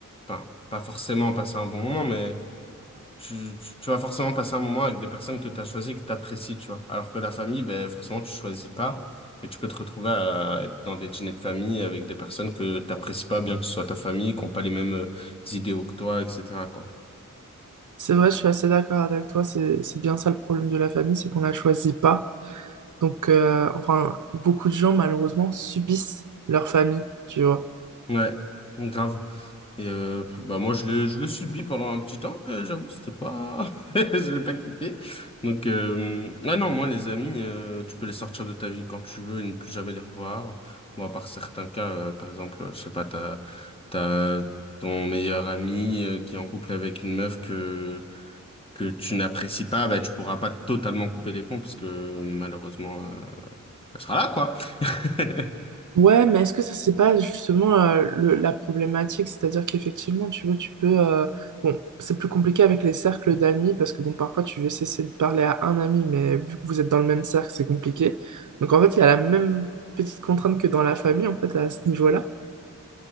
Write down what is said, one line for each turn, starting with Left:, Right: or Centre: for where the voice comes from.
Left: enfin, pas forcément passer un bon moment, mais tu, tu, tu vas forcément passer un moment avec des personnes que tu as choisies, que tu apprécies, tu vois. Alors que la famille, ben, forcément, tu choisis pas, et tu peux te retrouver à être dans des dîners de famille avec des personnes que tu n'apprécies pas, bien que ce soit ta famille, qui n'ont pas les mêmes euh, idéaux que toi, etc., quoi.
Right: C'est vrai, je suis assez d'accord avec toi, c'est c'est bien ça le problème de la famille, c'est qu'on la choisit pas. Donc, euh, enfin, beaucoup de gens, malheureusement, subissent leur famille, tu vois.
Left: Ouais, grave. Et euh, bah moi je l'ai je l'ai subi pendant un petit temps, euh, j'avoue, c'était pas <laughs> j'ai pas kiffé. Donc euh, ah non, moi les amis, euh, tu peux les sortir de ta vie quand tu veux et ne plus jamais les revoir. Moi, par certains cas, euh, par exemple, je sais pas, t'as t'as ton meilleur ami euh, qui est en couple avec une meuf que que tu n'apprécies pas, bah tu pourras pas totalement couper les ponts parce que malheureusement euh, elle sera là quoi. <laughs>
Right: Ouais, mais est-ce que ça, c'est pas justement euh, le- la problématique? C'est-à-dire qu'effectivement, tu vois, tu peux... euh, bon, c'est plus compliqué avec les cercles d'amis parce que, bon, parfois, tu veux cesser de parler à un ami, mais vu que vous êtes dans le même cercle, c'est compliqué. Donc, en fait, il y a la même petite contrainte que dans la famille, en fait, à ce niveau-là.